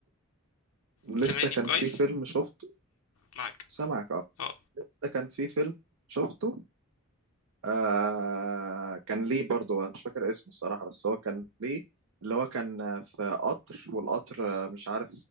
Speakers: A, on the right; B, on the left.
A: لسه
B: سامعني
A: كان
B: كويس
A: في فيلم شفته
B: معاك
A: سامعك اه
B: اه
A: لسه كان في فيلم شفته آه كان ليه برضو انا مش فاكر اسمه الصراحة بس هو كان ليه اللي هو كان آه، في قطر والقطر آه، مش عارف